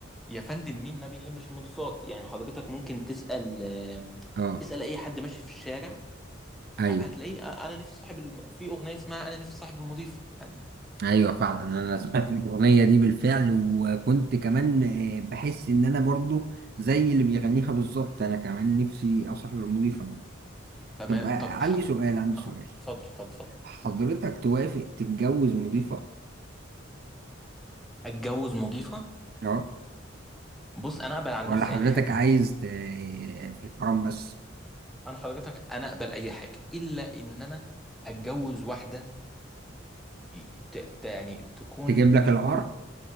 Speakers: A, in the centre; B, on the right (about 50°).
A: يا فندم مين ما بيحبش المضيفات يعني حضرتك ممكن تسال آه،
B: اه
A: اسال اي حد ماشي في الشارع
B: ايوه
A: ه- هتلاقيه أ- انا نفسي صاحب الم... في اغنيه اسمها انا نفسي صاحب المضيفه يعني
B: ايوه فعلا انا سمعت الاغنيه دي بالفعل وكنت كمان آه، بحس ان انا برضو زي اللي بيغنيها بالظبط انا كمان نفسي اصاحب المضيفه يعني
A: تمام
B: طب آه،
A: طب
B: عندي
A: ح...
B: سؤال عندي
A: اه
B: سؤال
A: اتفضل اتفضل اتفضل
B: حضرتك توافق تتجوز مضيفه
A: اتجوز مضيفه
B: اه
A: بص انا اقبل على
B: ولا
A: نفسي
B: حضرتك
A: اي حاجه
B: عايز ت... في الحرام بس
A: انا حضرتك انا اقبل اي حاجه الا ان انا اتجوز واحده ي- ت... ت... يعني تكون
B: تجيب لك
A: تكون
B: العار